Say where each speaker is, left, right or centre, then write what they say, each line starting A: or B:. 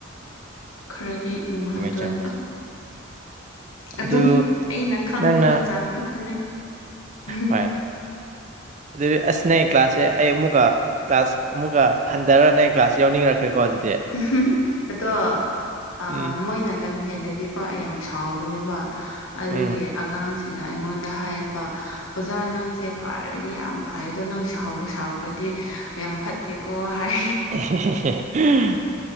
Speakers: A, on the left; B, on the right.
A: ꯈꯔꯗꯤ ꯅꯨꯡꯉꯥꯏꯗꯣꯏꯕ
B: ꯆꯨꯝꯃꯦ ꯑꯗꯨ
A: ꯑꯗꯨꯅꯦ ꯑꯩꯅ ꯈꯪꯕꯒꯤ
B: ꯅꯪꯅ
A: ꯆꯥꯡ ꯈꯛꯇꯅꯦ ꯎꯝ
B: ꯍꯣꯏ ꯑꯗꯨꯗꯤ ꯑꯁ ꯅꯣꯢ ꯀ꯭ꯂꯥꯁꯁꯦ ꯑꯩ ꯑꯃꯨꯛꯀ ꯀ꯭ꯂꯥꯁ ꯑꯃꯨꯛꯒ ꯍꯟꯗꯔ ꯅꯩ ꯀ꯭ꯂꯥꯁ ꯌꯥꯎꯅꯤꯡꯉꯛꯈ꯭ꯔꯦꯀꯣ ꯑꯗꯨꯗꯤ
A: ꯎꯝꯍꯨꯝ ꯑꯗꯣ ꯑꯥ
B: ꯎꯝ
A: ꯃꯣꯏꯅ ꯂꯝ ꯍꯦꯜꯂꯗꯤꯀꯣ ꯑꯩ ꯌꯥꯝ ꯁꯥꯎꯕꯅꯦꯕ ꯑꯗꯨꯒꯤ
B: ꯎꯝ
A: ꯑꯉꯥꯡꯁꯤꯅ ꯑꯩꯉꯣꯟꯗ ꯍꯥꯏꯌꯦꯕ ꯑꯣꯖꯥ ꯅꯪꯁꯦ ꯐꯔꯗꯤ ꯌꯥꯝ ꯐꯩ ꯑꯗꯣ ꯅꯪ ꯁꯥꯎꯕꯨ ꯁꯥꯎ ꯈ꯭ꯔꯗꯤ ꯌꯥꯝ ꯐꯠꯇꯦꯀꯣ ꯍꯥꯏ
B: <unintelligible>